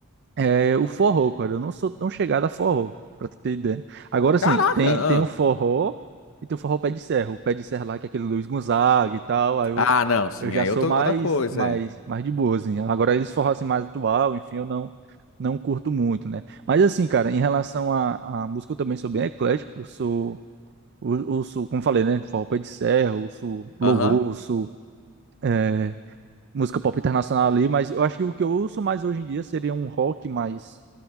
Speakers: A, on the right (about 55°); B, on the left (about 65°).
A: É, o forró, cara, eu não sou tão chegado a forró, pra tu ter ideia. Agora sim,
B: Caraca!
A: tem, tem o forró e tem o forró pé de serra. O pé de serra lá, que é aquele Luiz Gonzaga e tal, aí eu,
B: Ah, ah não, sim,
A: eu já
B: aí
A: sou
B: eu tô,
A: mais,
B: outra coisa,
A: mais,
B: é.
A: mais de boa, assim. Agora eles forró assim, mais atual, enfim, eu não, não curto muito, né? Mas assim, cara, em relação à, à música, eu também sou bem eclético, eu sou, eu, eu sou, como falei, né, forró pé de serra, eu sou louvor,
B: Aham.
A: eu sou... é, Música pop internacional ali, mas eu acho que o que eu ouço mais hoje em dia seria um rock mais